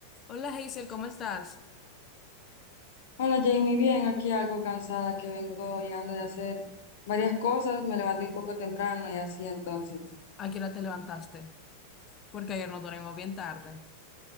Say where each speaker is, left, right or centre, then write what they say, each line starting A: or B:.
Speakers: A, on the left; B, on the left.
A: Hola Hazel, ¿cómo estás?
B: Hola Jamie, bien, aquí algo cansada que vengo llegando de hacer varias cosas. Me levanté un poco temprano y así entonces,
A: ¿A qué hora te levantaste? Porque ayer nos dormimos bien tarde.